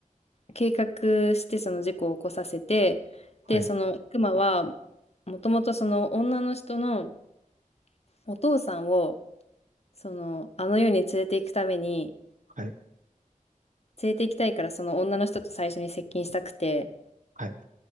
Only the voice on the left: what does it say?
計画してその事故を起こさせて、
で、その悪魔は、もともとその女の人のお父さんを、その、あの世に連れて行くために、
連れて行きたいからその女の人と最初に接近したくて、